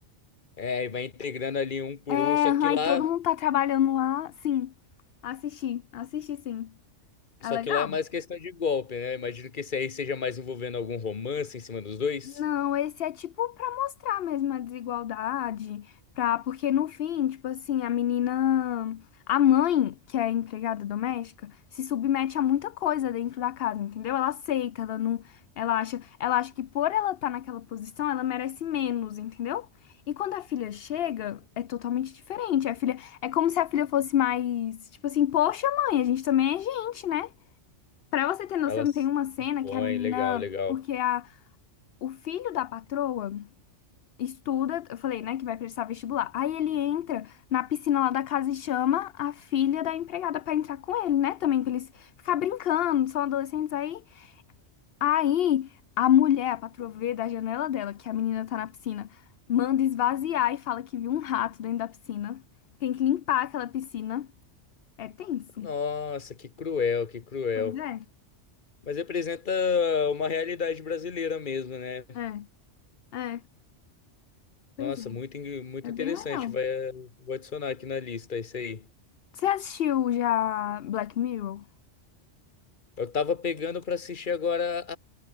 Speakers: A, on the left; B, on the left.
A: É, e vai integrando ali um por
B: É,
A: um, só que
B: aí
A: lá,
B: todo mundo tá trabalhando lá. Sim, assisti, assisti sim. É
A: só
B: legal?
A: que lá é mais questão de golpe, né? Imagino que esse aí seja mais envolvendo algum romance em cima dos dois.
B: Não, esse é tipo pra mostrar mesmo a desigualdade, pra, porque no fim, tipo assim, a menina, a mãe, que é empregada doméstica, se submete a muita coisa dentro da casa, entendeu? Ela aceita, ela não, ela acha, ela acha que por ela estar naquela posição, ela merece menos, entendeu? E quando a filha chega, é totalmente diferente. A filha, é como se a filha fosse mais, tipo assim, poxa, mãe, a gente também é gente, né? Pra você ter noção,
A: Elas
B: tem uma cena
A: põem,
B: que a menina,
A: legal, legal.
B: porque a o filho da patroa estuda, eu falei, né, que vai prestar vestibular. Aí ele entra na piscina lá da casa e chama a filha da empregada pra entrar com ele, né? Também pra eles ficar brincando, são adolescentes aí. Aí a mulher, a patroa vê da janela dela que a menina tá na piscina, manda esvaziar e fala que viu um rato dentro da piscina. Tem que limpar aquela piscina. É tenso.
A: Nossa, que cruel, que cruel.
B: Pois é.
A: Mas representa uma realidade brasileira mesmo, né?
B: É, é, pois
A: Nossa,
B: é.
A: muito, in- muito
B: É
A: interessante.
B: bem legal.
A: Vai, vou adicionar aqui na lista isso aí.
B: Você assistiu já Black Mirror?
A: Eu tava pegando pra assistir agora